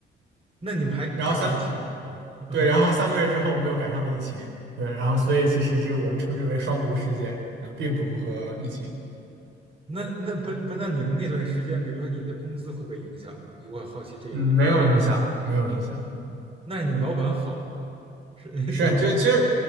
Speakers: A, on the right; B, on the right.
A: 那你们还赶上疫情？
B: 然后三，
A: <laughs>
B: 对，然后三个月之后我们又赶上了疫情，对，然后所以其实这个我们称之为双毒事件，嗯，病毒和疫情，
A: 那那不不，那你们那段时间，比如说你的工资会被影响吗？我很好奇这一点。
B: 嗯，没有影响，没有影响，
A: 那你们老板好啊，是 <laughs>
B: 是，
A: 对吧？
B: 就其实